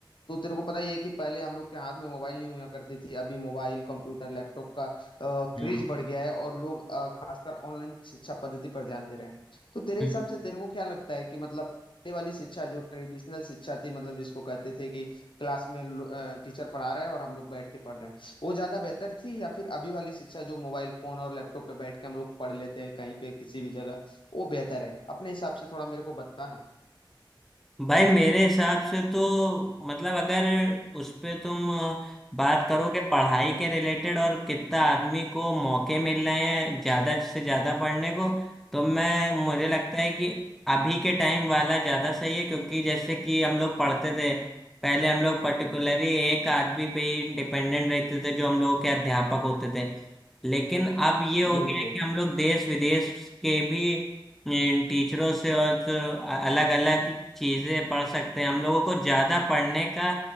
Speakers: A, on the left; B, in the centre.
A: तो तेरे को पता ही है कि पहले हम लोग के हाथ में मोबाइल नहीं हुआ करती थी अभी मोबाइल कंप्यूटर लैपटॉप का क्रेज
B: हाँ।
A: बढ़ गया है और लोग अ, खासकर ऑनलाइन शिक्षा पद्धति पर ध्यान दे रहे हैं तो तेरे
B: हम्म।
A: हिसाब से तेरे को क्या लगता है कि मतलब ये वाली शिक्षा जो ट्रेडिशनल शिक्षा थी मतलब जिसको कहते थे कि क्लास में लो- अ, टीचर पढ़ा रहा है और हम लोग बैठ के पढ़ रहे हैं वो ज्यादा बेहतर थी या फिर अभी वाली शिक्षा जो मोबाइल फोन और लैपटॉप पे बैठ के हम लोग पढ़ लेते हैं कहीं पे किसी भी जगह वो बेहतर है अपने हिसाब से थोड़ा मेरे को बताना
B: भाई मेरे हिसाब से तो मतलब अगर उस पे तुम अ, बात करो कि पढ़ाई के रिलेटेड और कितना आदमी को मौके मिल रहे हैं ज्यादा से ज्यादा पढ़ने को तो मैं मुझे लगता है कि अभी के टाइम वाला ज्यादा सही है क्योंकि जैसे कि हम लोग पढ़ते थे पहले हम लोग पर्टिकुलरली एक आदमी पे ही डिपेंडेंट रहते थे जो हम लोगों के अध्यापक होते थे लेकिन अब ये हो
A: बिल्कुल
B: गया है कि हम लोग देश विदेश के भी टीचरों से और अलग अलग चीजें पढ़ सकते हैं हम लोगों को ज्यादा पढ़ने का